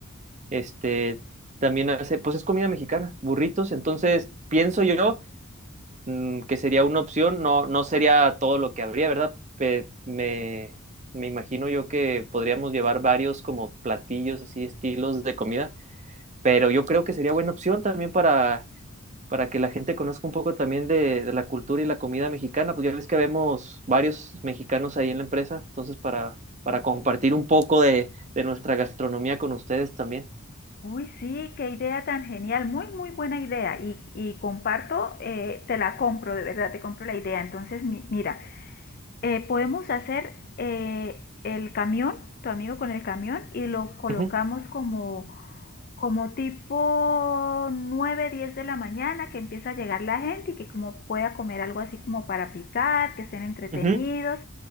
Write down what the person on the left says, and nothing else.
Uy, sí, qué idea tan genial, muy, muy buena idea. Y, y comparto, eh, te la compro, de verdad, te compro la idea. Entonces, mi- mira, eh, podemos hacer eh, el camión, tu amigo con el camión, y lo colocamos
como como tipo nueve diez de la mañana que empieza a llegar la gente y que como pueda comer algo así como para picar, que estén entretenidos,